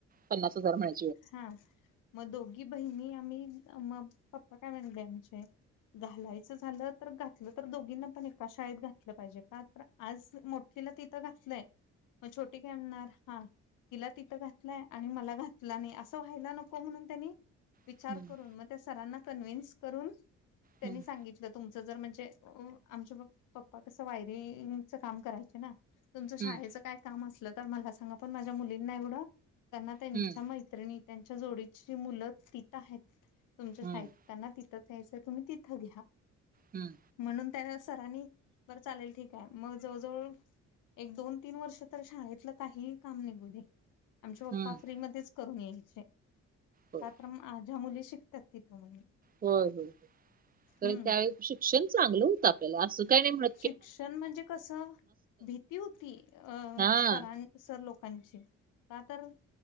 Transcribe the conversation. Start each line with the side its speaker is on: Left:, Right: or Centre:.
Right: पन्नास हजार म्हणाय-
Left: हा. मग दोघी बहिणी आम्ही. मग पप्पा काय म्हणले आमचे- घालायचं झालं तर, घातलं तर दोघींना पण एका शाळेत घातलं पाहिजे. का? तर आज मोठ- ठीला तिथं घातलंय. मग छोटी काय म्हणणार हा. तिला तिथं घातलंय आणि मला घात- ल नाही अस व्हायला नको म्हणून त्यांनी विचार
Right: हम्म,
Left: करून मग त्या सरांना कन्व्हिन्स करून- त्यांनी
Right: हम्म,
Left: सांगितलं- तुमचं जर म्हणजे, आमचे पप्पा कसं वायरिंगच काम करायचे ना? तुमचं शाळेचं
Right: हम्म,
Left: काय काम असलं तर मला सांगा. पण माझ्या मुलींना एवढं त्यांना ते -
Right: हम्म,
Left: मैत्रिणी त्यांच्या जोडीची मुलं तिथ आहेत. तुमच्या
Right: हम्म,
Left: शाळेत त्यांना - तिथं जायचं तर तिथं घ्या.
Right: हम्म.
Left: म्हणून त्यावेळेस सरांनी बरं चालेल ठीक आहे. मग जवळजवळ- एक दोन तीन वर्ष तर शाळेतलं काहीही काम निघू दे - आमचे पप्पा
Right: हम्म.
Left: फ्री मधेच करून यायचे.
Right: होय
Left: का? तर- ह्या मुली शिकतात तिथं म्हणून.
Right: हो हो हो. पण
Left: हम्म
Right: त्यावेळी शिक्षण चांगलं होतं आपल्याला. असं काही नाही म्ह-
Left: शिक्षण म्हणजे कसं? भीती होती. अ
Right: हा
Left: सरां- सर लोकांची. का तर?